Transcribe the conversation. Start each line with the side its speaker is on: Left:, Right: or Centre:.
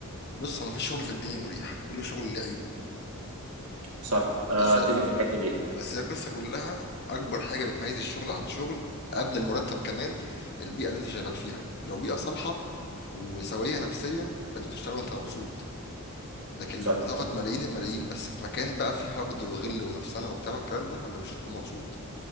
Left: بص هو مفيش شغل في الدنيا مريح كل شغل له عيوب
Right: صح انا
Left: بس
Right: اتفق في الحته دي
Left: بس هي القصه كلها اكبر حاجه بتميز الشغل عن شغل قبل المرتب كمان البيئه اللي انت شغال فيها لو بيئه صالحه وسويه نفسيا فانت بتشتغل وانت مبسوط لكن
Right: صح
Left: لو بتاخد ملايين الملايين بس في مكان بقى فيه حقد وغل ونفسنه وبتاع والكلام ده فانت مش هتكون مبسوط